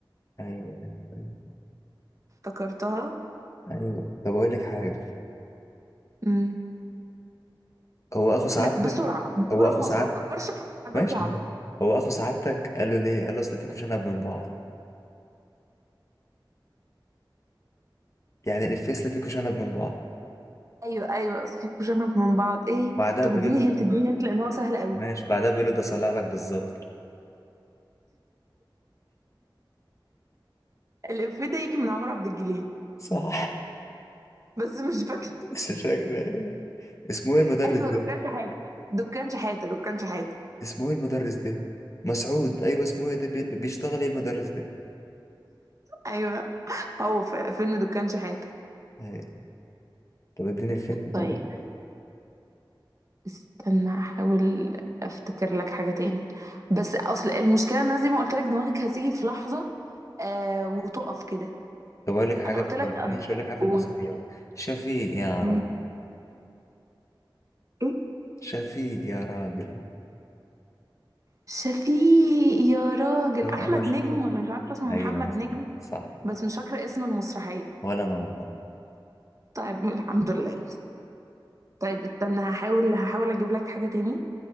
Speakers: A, on the left; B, on the right.
A: ايوه ايوه ايوه
B: افتكرتها
A: أيوة. طب اقول لك حاجه
B: امم
A: هو اخو سعادتك
B: لا بسرعة بسرعة
A: هو اخو سعادتك
B: ما تفكرش في حاجات
A: ماشي
B: صعبة
A: هو اخو سعادتك قال له ليه قال له اصل فيكوا شنب من بعض يعني الافيه اصل فيكوا شنب من بعض
B: ايوه ايوه اصل في كوشنة من بعض ايه
A: بعدها
B: طب
A: بيقول
B: اديني
A: له
B: هنت اديني هنت لان هو سهل قوي
A: ماشي بعدها بيقول له ده صلع لك بالظبط
B: الإفيه ده يجي من عمرو عبد الجليل
A: صح
B: بس مش فاكرة
A: <laughs> بس مش فاكر ايه اسمه ايه المدرس
B: ايوه
A: ده
B: دكان شحاته دكان شحاته دكان شحاته
A: اسمه ايه المدرس ده مسعود ايوه اسمه ايه ده بي- بيشتغل ايه المدرس ده
B: ايوه هو في فيلم دكان شحاته
A: أيوة. طب اديني فين
B: طيب
A: كمان.
B: استنى احاول افتكر لك حاجه تاني بس اصل المشكله ان انا زي ما قلت لك دماغك هتيجي في لحظه آه وتقف كده
A: طب اقول لك حاجه
B: انا قلت لك
A: في-
B: قبل-
A: ماشي اقول لك حاجه في
B: قول
A: المسرحيات شفيق يا راجل
B: مين؟ ايه
A: شفيق يا راجل
B: شفيق يا راجل
A: هو انا
B: احمد
A: مشهور
B: نجم ولا مش عارفه اسمه
A: ايوه
B: محمد
A: صح
B: نجم
A: صح.
B: بس مش فاكره اسم المسرحيه
A: ولا انا والله
B: طيب الحمد لله طيب استنى هحاول هحاول اجيب لك حاجه تاني